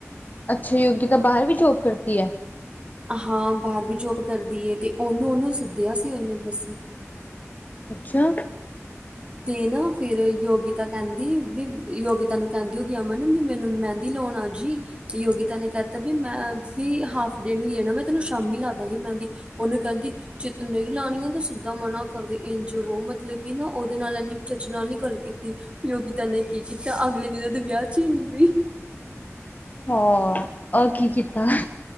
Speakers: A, on the left; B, on the right.
A: ਅੱਛਾ ਯੋਗੀਤਾ ਬਾਹਰ ਵੀ ਜੋਬ ਕਰਦੀ ਐ।
B: ਹਾਂ ਬਾਹਰ ਵੀ ਜੋਬ ਕਰਦੀ ਐ ਤੇ ਉਹਨੂੰ ਉਹਨੂੰ ਸੱਦਿਆ ਸੀ ਉਹਨੇ ਬਸ,
A: ਅੱਛਾ!
B: ਤੇ ਨਾ ਫੇਰ ਯੋਗਿਤਾ ਕਹਿੰਦੀ ਵੀ ਯੋਗਿਤਾ ਨੂੰ ਕਹਿੰਦੀ ਕੀ ਅਮਨ ਵੀ ਮੈਨੂੰ ਮ ਹਿੰਦੀ ਲਾਉਣ ਆ ਜੀ। ਯੋਗਿਤਾ ਨੇ ਕਹਿਤਾ ਵੀ ਮੈਂ ਵੀ ਹਾਫ ਡੇ ਨੀ ਲੈਣਾ ਮੈਂ ਤੈਨੂੰ ਸ਼ਾਮੀ ਲਾ ਦਾਂਗੀ ਮਹਿੰਦੀ। ਉਹਨੂੰ ਕਹਿੰਦੀ ਜੇ ਤੂੰ ਨਹੀਂ ਲਾਣੀਆਂ ਤਾਂ ਸਿੱਧਾ ਮਨਾ ਕਰਦੇ ਇੰਝ ਰੋ ਮਤਲਬ ਕੀ ਨਾ। ਉਹਦੇ ਨਾਲ ਇੰਨੀ ਚੱਜ ਨਾਲ ਨੀ ਗੱਲ ਕੀਤੀ, ਯੋਗਿਤਾ ਨੇ ਕੀ ਕੀਤਾ ਅਗਲੇ ਦਿਨ ਉਹਦੇ ਵਿਆਹ ਚ ਹੀ ਨੀ ਗਈ।
A: ਹਾਂ, ਐ ਕੀ ਕੀਤਾ